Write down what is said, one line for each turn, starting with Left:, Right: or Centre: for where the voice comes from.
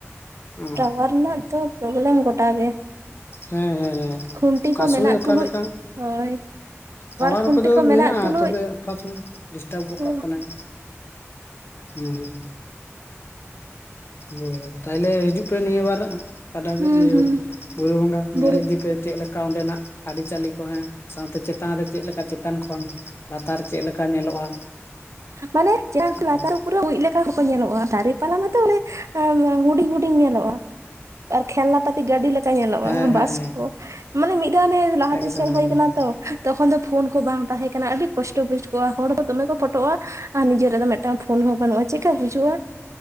Left: ᱚ
Right: ᱴᱟᱣᱟᱨ ᱨᱮᱱᱟᱜ ᱫᱚ ᱯᱨᱳᱚᱵᱞᱮᱢ ᱜᱚᱴᱟ ᱜᱮ
Left: ᱦᱮᱸ ᱦᱮᱸ ᱦᱮᱸ
Right: ᱠᱷᱩᱱᱴᱤ
Left: ᱚᱠᱟ
Right: ᱠᱚ ᱢᱮᱱᱟᱜ
Left: ᱥᱚᱢᱚᱭ ᱚᱠᱟ
Right: ᱛᱩᱞᱩᱡ
Left: ᱞᱮᱠᱟ
Right: ᱦᱳᱭ
Left: ᱴᱟᱣᱟᱨ
Right: ᱠᱷᱩᱱᱴᱤ
Left: ᱠᱚᱫᱚ
Right: ᱠᱚ ᱢᱮᱱᱟᱜ
Left: ᱢᱮᱱᱟᱜᱼᱟ
Right: ᱛᱩᱞᱩᱡ
Left: ᱛᱚᱵᱮ ᱚᱠᱟ ᱥᱚᱢᱚᱭ ᱰᱤᱥᱴᱟᱵᱽ ᱜᱚᱫ
Right: ᱦᱚᱸ
Left: ᱠᱟᱜ ᱠᱟᱱᱟᱭ ᱦᱩᱸ ᱦᱩᱸ ᱦᱳᱭ ᱦᱳᱭ ᱛᱟᱦᱚᱞᱮ ᱦᱤᱡᱩᱜ ᱯᱮ ᱱᱤᱭᱟᱹ ᱵᱟᱨ <unintelligible>
Right: ᱦᱩᱸ ᱦᱩᱸ
Left: ᱵᱩᱨᱩ ᱵᱚᱸᱜᱟ ᱧᱮᱞ
Right: ᱵᱩᱨᱩ
Left: ᱤᱫᱤ ᱯᱮ ᱪᱮᱫ ᱞᱮᱠᱟ ᱚᱸᱰᱮᱱᱟᱜ ᱟᱹᱨᱤᱪᱟᱞᱤ ᱠᱚ ᱦᱮᱸ ᱥᱟᱶᱛᱮ ᱪᱮᱛᱟᱱ ᱨᱮ ᱪᱮᱫ ᱞᱮᱠᱟ ᱪᱮᱛᱟᱱ ᱠᱷᱚᱱ ᱞᱟᱛᱟᱨ ᱪᱮᱫ ᱞᱮᱠᱟ ᱧᱮᱞᱚᱜᱼᱟ
Right: ᱢᱟᱱᱮ ᱡᱮ ᱠᱷᱩᱞ
Left: ᱦᱮᱸ
Right: ᱞᱟᱛᱟ <inaudible> ᱯᱩᱨᱟᱹ ᱢᱩᱡ ᱞᱮᱠᱟ ᱦᱚᱸᱠᱚ ᱧᱮᱞᱚᱜᱼᱟ ᱫᱟᱨᱮ ᱯᱟᱞᱟ ᱢᱟᱛᱚ ᱚᱱᱮ ᱦᱩᱰᱤᱧ ᱦᱩᱰᱤᱧ ᱧᱮᱞᱚᱜᱼᱟ ᱟᱨ ᱠᱷᱮᱞᱱᱟ ᱯᱟᱛᱤ ᱜᱟᱹᱰᱤ ᱞᱮ ᱠᱟ ᱧᱮᱞᱚᱜᱼᱟ
Left: ᱦᱮᱸ ᱦᱮᱸ
Right: ᱵᱟᱥ ᱠᱚ ᱢᱟᱱᱮ ᱢᱤᱫ ᱫᱷᱟᱣᱮ ᱚᱱᱮ ᱞᱟᱦᱟᱛᱮ
Left: ᱮᱠᱫᱚᱢ
Right: ᱥᱮᱱ ᱦᱩᱭ
Left: ᱮᱠᱫᱚᱢ
Right: ᱠᱟᱱᱟ ᱛᱚ ᱛᱚᱠᱷᱚᱱ ᱫᱚ ᱯᱷᱳᱱ ᱠᱚ ᱵᱟᱝ ᱛᱟᱦᱮᱸ ᱠᱟᱱᱟ ᱟᱹᱰᱤ ᱠᱚᱥᱴᱚ ᱵᱩᱡ ᱠᱚᱜᱣᱟ ᱦᱚᱲ ᱫᱚ ᱫᱚᱢᱮ ᱠᱚ ᱯᱷᱳᱴ ᱴᱚᱜ-ᱟ ᱟᱨ ᱱᱤᱡᱮ ᱨᱟᱜ ᱫᱚ ᱢᱤᱫᱴᱟᱝ ᱯᱷᱳᱱ ᱦᱚᱸ ᱵᱟᱹᱱᱩᱜᱼᱟ ᱪᱮᱜᱠᱟ ᱵᱩᱡᱩᱜᱼᱟ᱾